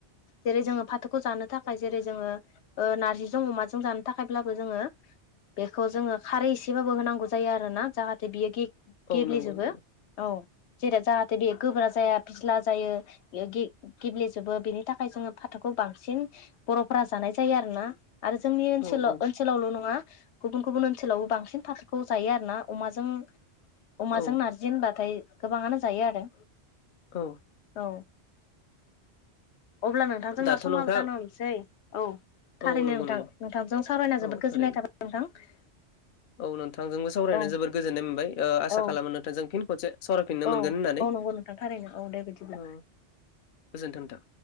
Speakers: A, on the left; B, on the left.
A: जेरै जोङो फाथो खौ जानो थाखाय जेरै जोङो ओ नार्जिजों अमाजों जानो थाखायब्लाबो जोङो बेखौ जोङो खारै एसेबाबो होनांगौ जायो आरो ना जाहाथे बियो गे गेब्लेजोबो
B: औ नंगौ नंगौ
A: औ जेरै जाहा बे गोबरा जाया फिस्ला जायो गे गेब्लेजोबो बेनि थाखाय जोङो फाथोखौ बांसिन बर'फोरा जानाय जायो आरोना आरो जोंनि ओनसोलाव
B: औ औ
A: ओनसोलावल' नङा गुबुन गुबुन ओनसोलावबो बांसिन फाथोखौ जायो आरो ना अमाजों अमाजों
B: औ
A: नार्जि होनबाथाय गोबाङानो जायो आरो
B: औ
A: औ अब्ला नोंथां जोंना
B: दाथ'
A: समाबो
B: नोंथां
A: जानो हमसै औ थारैनो
B: औ नंगौ
A: नोंथां
B: नंगौ
A: नोंथांजों सावरायना
B: औ
A: जोबोद गोजोननाय
B: थारैनो
A: थाबाय नोंथां
B: औ नोंथांजोंबो सावरायनाय
A: औ
B: जोबोद गोजोननाय मोनबाय ओ आसा खालामो
A: औ
B: नोंथांजों फिन खनसे सावरायफिननो
A: औ
B: मोनगोन होननानै
A: औ नंगौ नोंथां थारैनो औ दे बिदिब्ला।
B: औ गोजोन्थों नोंथां